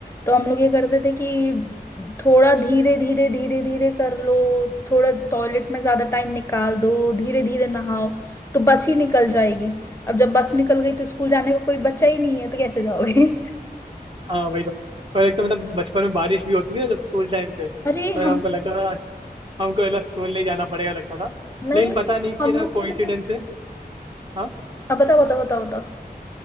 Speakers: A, on the left; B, on the right.
A: तो हम लोग ये करते थे कि थोड़ा धीरे धीरे धीरे धीरे कर लो थोड़ा टॉयलेट में ज्यादा टाइम निकाल दो धीरे धीरे नहाओ तो बस ही निकल जाएगी अब जब बस निकल गई तो स्कूल जाने का कोई बच्चा ही नहीं है तो कैसे जाओगे <laughs>
B: हाँ वही तो और एक तो मतलब बचपन में बारिश भी होती थी ना जब स्कूल टाइम पे तो
A: अरे
B: है
A: हम
B: ना हमको लगता था हमको है ना स्कूल नहीं जाना पड़ेगा लगता था
A: नहीं
B: लेकिन
A: नहीं,
B: पता नहीं कि
A: हम
B: है
A: लोग
B: ना
A: के
B: कोइंसिडेंस
A: में तो
B: है हाँ <laughs>
A: अब बताओ बताओ बताओ बताओ